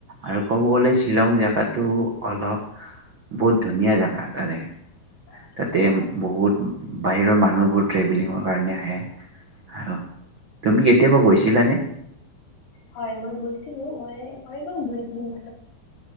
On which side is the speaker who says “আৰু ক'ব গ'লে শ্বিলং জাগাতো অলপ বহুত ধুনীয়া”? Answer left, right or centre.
Right